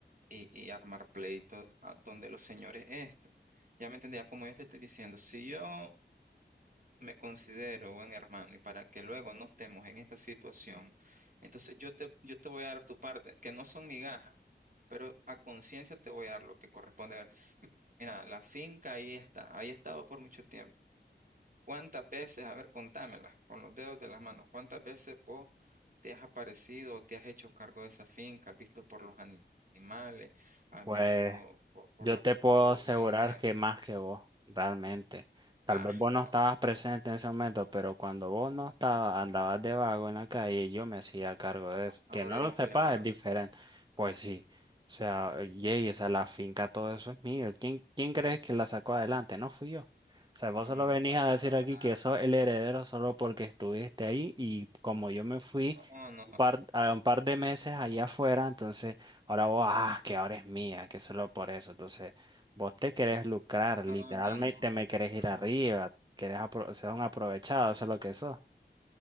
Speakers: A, on the right; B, on the right.
A: y, y armar pleitos a donde los señores esto. Ya me entendía, como yo te estoy diciendo, si yo me considero buen hermano y para que luego no estemos en esta situación, entonces yo te, yo te voy a dar tu parte, que no son migajas, pero a conciencia te voy a dar lo que corresponde. A ver, mira, la finca ahí está, ahí ha estado por mucho tiempo. ¿Cuántas veces, a ver, contámela con los dedos de las manos, cuántas veces vos te has aparecido, o te has hecho cargo de esa finca, has visto por los ani- animales, has
B: Pues.
A: visto por, por
B: Yo
A: la
B: te
A: pro-
B: puedo
A: producción
B: asegurar
A: de...
B: que más que vos, realmente. Tal
A: Ah,
B: vez vos no
A: no,
B: estabas presente en ese momento, pero cuando vos no estabas, andabas de vago en la calle, yo me hacía cargo de eso.
A: ahora
B: Que no
A: yo
B: lo
A: soy
B: sepas
A: el vago.
B: es diferente. Pues sí. O sea, yey, esa la finca, todo eso es mío. ¿Quién, quién crees que la sacó adelante? No fui yo. O sea, vos
A: No,
B: solo
A: no,
B: venís
A: no,
B: a decir
A: ahora,
B: aquí que sos el heredero solo porque estuviste ahí y como yo me fui
A: no, no, no,
B: un par, a un par de meses allá afuera, entonces. Ahora vos, ah, que ahora es mía, que solo por eso. Entonces, vos te querés lucrar,
A: no,
B: literalmente
A: no, no,
B: me querés ir
A: no,
B: arriba, querés apro- ser un aprovechado, eso es lo que sos.